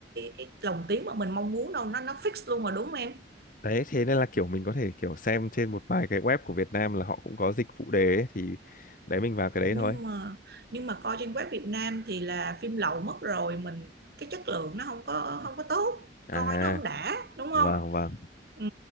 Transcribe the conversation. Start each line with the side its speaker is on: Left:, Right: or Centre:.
Right: cái lồng tiếng mà mình mong muốn đâu nó nó fix luôn mà đúng không em
Left: đấy thế nên là kiểu mình có thể kiểu xem trên một vài cái web của Việt Nam là họ cũng có dịch phụ đề ấy, thì đấy mình vào cái đấy
Right: nhưng
Left: thôi
Right: mà nhưng mà coi trên web Việt Nam thì là phim lậu mất rồi mình cái chất lượng nó không có không có tốt
Left: à
Right: coi nó không đã đúng
Left: vâng
Right: không
Left: vâng
Right: Ừ.